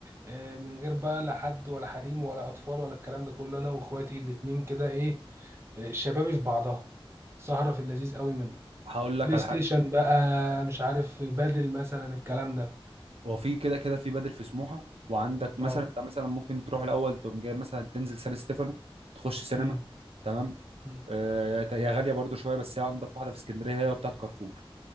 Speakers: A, on the right (about 25°); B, on the right (about 85°).
A: آه، من غير بقى لا حد ولا حريم ولا اطفال ولا الكلام ده كله انا واخواتي الاتنين كده ايه آه، شبابي في بعضها سهرة في اللذيذ قوي منه
B: هقول لك
A: بلاي
B: على
A: ستيشن
B: حاجه
A: بقى مش عارف بدل مثلا الكلام ده
B: هو في كده كده في بدل في سموحه وعندك مثلا
A: اه
B: انت مثلا ممكن تروح الاول تقوم جاي مثلا تنزل سان ستيفانو تخش سينما
A: امم
B: تمام
A: امم
B: آه، هي غاليه برضو شويه بس هي انضف واحده في اسكندريه هي بتاعت كارفور